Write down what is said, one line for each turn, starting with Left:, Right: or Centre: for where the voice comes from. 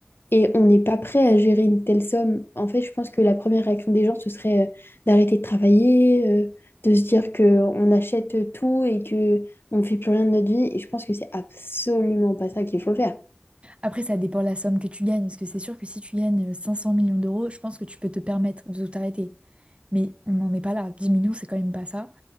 Left: Et on n'est pas prêt à gérer une telle somme. En fait, je pense que la première réaction des gens, ce serait euh, d'arrêter de travailler, euh, de se dire qu'on achète tout et que on ne fait plus rien de notre vie. Et je pense que c'est absolument pas ça qu'il faut faire.
Right: Après, ça dépend de la somme que tu gagnes, parce que c'est sûr que si tu gagnes euh, 500 millions d'euros, je pense que tu peux te permettre de t'arrêter. Mais on n'en est pas là. dix millions, c'est quand même pas ça.